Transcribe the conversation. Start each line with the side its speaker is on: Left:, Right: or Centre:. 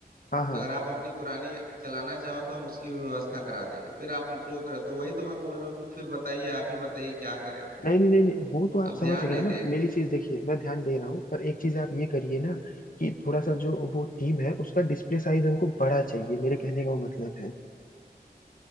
Left: हाँ हाँ
Right: अगर आप अपनी पुरानी यादें चलाना चाहो तो हम उसकी भी व्यवस्था करा देंगे फिर आप टोक रहे हो तो वही तो मैं बोल रहा हूँ कि फिर बताइए आप ही बताइए क्या करें अब
Left: नहीं नहीं नहीं नहीं, वो तो आप
Right: आप
Left: समझ
Right: ध्यान
Left: गए
Right: नहीं
Left: ना
Right: दे
Left: मेरी चीज देखिए मैं ध्यान दे रहा हूँ पर एक चीज आप ये करिए ना कि थोड़ा सा जो वो थीम है उसका डिस्प्ले साइज हमको बड़ा चाहिए मेरे कहने का वो मतलब है